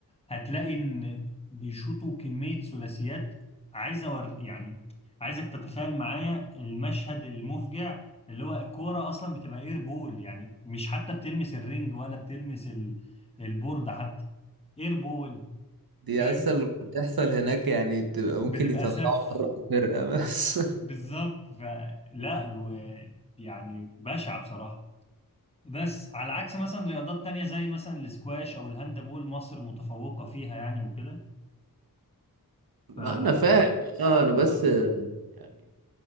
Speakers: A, on the left; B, on the right.
A: هتلاقي ان بيشوطوا كمية ثلاثيات عايز أور يعني عايزك تتخيل معايا المشهد المفجع اللي هو الكورة أصلا بتبقى اير بول يعني مش حتى بتلمس الرنج ولا بتلمس ال- البورد حتى اير بول
B: دي
A: فاهم
B: اصلا لما بتحصل هناك يعني بتبقى
A: بتبقى
B: ممكن يطلعوا
A: سف
B: بره الفرقة بس
A: بالظبط
B: <laughs>
A: فلا و... يعني بشعة بصراحة بس على عكس مثلا رياضات تانية زي مثلا الاسكواش أو الهاندبول مصر متفوقة فيها يعني وكده
B: ما
A: ف
B: انا فاهم اه انا
A: آه
B: بس <laughs> يعني